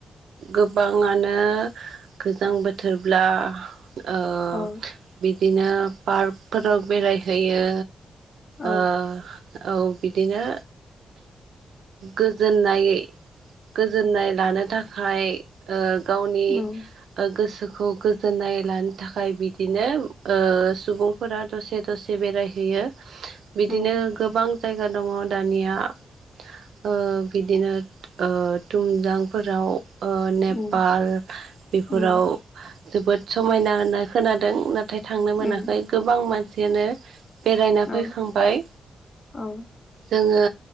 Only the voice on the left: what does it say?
औ
औ
उम
उम
उम
उम
उम
औ
औ